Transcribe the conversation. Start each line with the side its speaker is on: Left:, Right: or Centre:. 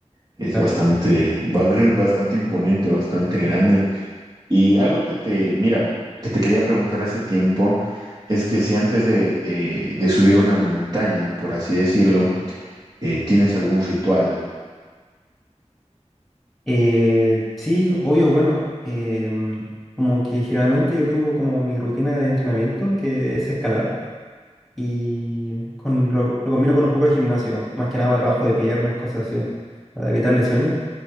Right: Es
Centre: claro.
Right: bastante, ba- <laughs> bastante imponente, bastante grande. Y algo que te, mira, que te quería preguntar hace tiempo es que si antes de, de- de subir una montaña, por así decirlo, eh, tienes algún ritual.
Centre: Eh, sí, obvio, bueno, em, como que generalmente yo tengo como mi rutina de entrenamiento que es escalar y con lo, lo combino con un poco de gimnasio, más que nada para trabajo de piernas, cosas así, para evitar lesiones.